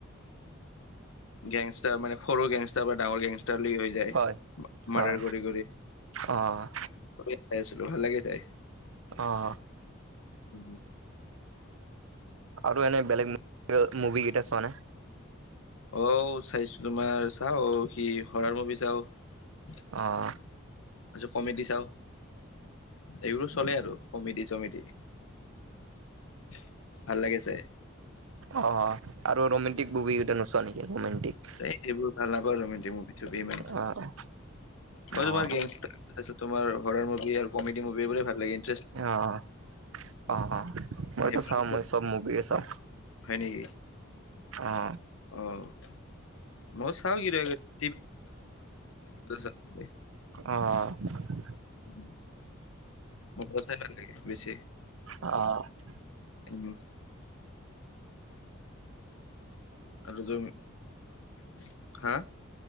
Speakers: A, on the left (about 85°); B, on the right (about 80°).
A: গেংষ্টাৰ মানে সৰু গেংষ্টাৰ বা ডাঙৰ গেংষ্টাৰলৈ হৈ <unintelligible> যায়।
B: হয়,
A: মাৰ্ডাৰ
B: হয়,
A: কৰি-কৰি
B: অ'
A: চাই আছিলো ভাল লাগে চাই। <inaudible>
B: অঁ! <inaudible>
A: উম। <unintelligible>
B: আৰু এনে বেলেগ মুভি কেইটা চোৱা নে? <unintelligible>
A: অ! চাইছো তোমাৰ চাওঁ অ' সি হৰাৰ মুভি চাওঁ। <inaudible>
B: অঁ! <unintelligible>
A: কমেডি চাওঁ। <inaudible> এইবোৰো চলে আৰু কমেডি-চমেডি। <unintelligible> <unintelligible> ভাল লাগে চাই।
B: অ! আৰু ৰোমেণ্টিক মুভি কেইটা নোচোৱা নেকি ৰোমেণ্টিক? <inaudible>
A: এ সেইবোৰ ভাল নাপাওঁ ৰোমেন্টিক মুভি-চুভি ইমান।
B: অ'
A: মই
B: অ'
A: তোমাৰ গেংগ <unintelligible> তাৰপিছত তোমাৰ হৰাৰ মুভি আৰু কমেডি মুভিবোৰে ভাল লাগে। <inaudible>
B: অঁ! অঁ-অঁ! মইতো
A: সেইবোৰ
B: চাওঁ মই চব মুভিয়ে চাওঁ। <inaudible>
A: হয় নেকি?
B: অ'
A: অ! <inaudible> মই চাওঁ কেতিয়াবা-কেতিয়াবা। টিভিত <unintelligible>
B: অঁ! <unintelligible>
A: উম <inaudible> মুভি চাই ভাল লাগে বেছি।
B: অ! <unintelligible>
A: ধন <inaudible> আৰু তুমি <unintelligible> হা!